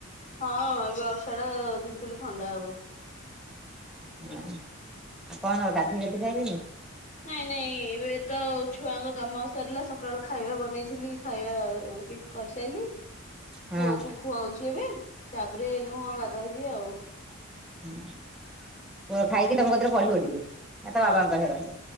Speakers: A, on the left; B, in the centre.
A: ହଁ ଏ ବର୍ଷାଟା ତିନ୍ତିଲେ ଥଣ୍ଡା ହବ।
B: ହଁ ଆଉ କଣ ଗାଧେଇ ପାଧି ସାଇଲେନି?
A: <unintelligible> ନାଇଁ ନାଇଁ ଏବେ ତ ଛୁଆଙ୍କ କାମ ସରିଲା ସକାଳ ଖାଇବା ବନେଇଥିଲି ଖାଇବା କରିସାଇଲି
B: ହଁ
A: ପୁଅ କୁ ଖୁଆଉଛି ଏବେ ତାପରେ ନୁହ ଗାଧାଇବି ଆଉ
B: ହୁଁ ପୁଅ ଖାଇକି ତମ ସାଥୀରେ ପଢିବ ଟିକେ? ନା ତା
A: ହଁ
B: ବାବାଙ୍କ ପାଖରେ ରହିବ।